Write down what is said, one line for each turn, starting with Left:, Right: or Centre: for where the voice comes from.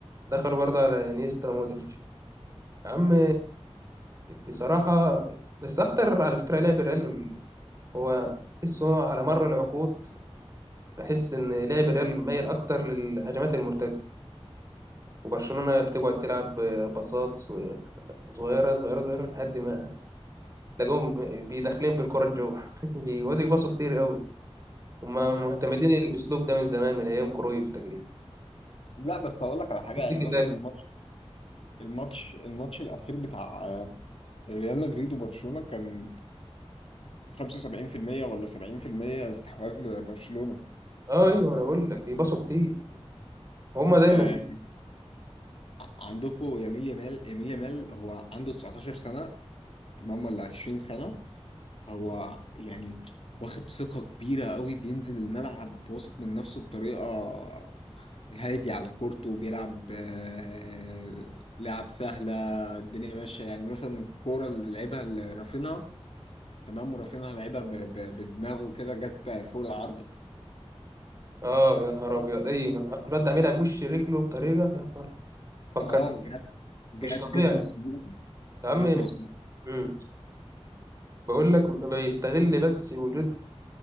Right: دخلوا برضه على انيستا ومودريتش يا عم بصراحه بس اكتر على فكره لعب الريال هو تحس هو على مر العقود بحس إن لعب الريال ميل أكتر للهجمات المرتدة وبرشلونة بتقعد تلعب باصات صغيرة صغيرة صغيرة لحد ما تلاقيهم بيدخلين بالكرة الجو <laughs> بيقعدوا يباصوا كتير قوي هما معتمدين الأسلوب ده من زمان من أيام كرويف تقريبا
Left: لا بس هقول لك على حاجه
Right: التيكي
Left: يعني مثلا
Right: تاكا
Left: الماتش الماتش الماتش الاخير بتاع آه، ريال مدريد وبرشلونة كان 75% ولا 70% استحواذ لبرشلونة
Right: اه ايوه انا بقول لك بيباصوا كتير هما دايما
Left: آه، عندكم يميل يمال يميل يمال هو عنده 19 سنة تمام ولا 20 سنة هو يعني واخد ثقة كبيرة قوي بينزل الملعب واثق من نفسه بطريقة هادي على كورته وبيلعب آه، لعب سهلة الدنيا ماشية يعني مثلا الكورة اللي لعبها لرافينها تمام ورافينها لعبها ب- ب- بدماغه كده جت فوق العارضة
Right: اه يا نهار ابيض اي يا نهار الواد ده عاملها بوش رجله بطريقه يا نهار فكرت
Left: اه جت جت
Right: مش طبيعي
Left: جت مظبوط
Right: يا عم
Left: جت مظبوط
Right: <laughs> مم. بقول لك بيستغل بس وجود